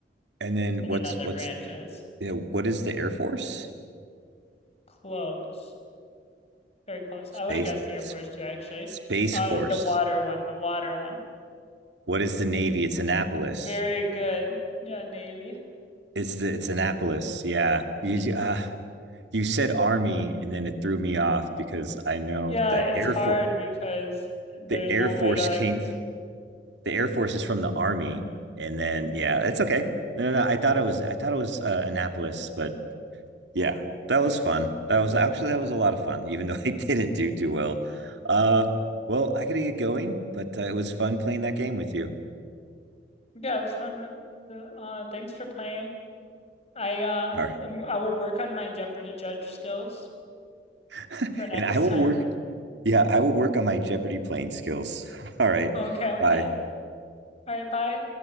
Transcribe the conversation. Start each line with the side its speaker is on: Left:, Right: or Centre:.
Right: and then what's
Left: than in other
Right: what's
Left: branches.
Right: you know, what is the Air Force?
Left: Close. Very close.
Right: Space
Left: I would have guessed the Air
Right: S-
Left: Force too, actually.
Right: Space
Left: Uh,
Right: Force.
Left: the water one, the water one.
Right: What is the Navy? It's Annapolis.
Left: Very good. Yeah, Navy.
Right: It's the it's Annapolis. Yeah.
Left: hmm
Right: You, uh, you said Army and then it threw me off because I know
Left: Yeah,
Right: the
Left: it's
Right: Air
Left: hard
Right: Force
Left: because there's
Right: the Air
Left: no
Right: Force
Left: way to like.
Right: came
Left: Ex
Right: the Air Force is from the Army, and then yeah, it's okay. No, no, no. I thought it was I thought it was uh, Annapolis, but yeah, that was fun. That was actually that was a lot of fun, <laughs> even though I didn't do too well. Uh, well, I gotta get going, but uh, it was fun playing that game with you.
Left: yeah, it was fun with the, uh. Thanks for playing. I uh,
Right: All right,
Left: am, I will work on my Jeopardy judge skills
Right: <laughs>
Left: for next
Right: and I will
Left: time.
Right: work. Yeah, I will work on my Jeopardy playing skills. <laughs> All right,
Left: Okay, okay.
Right: bye.
Left: All right, bye.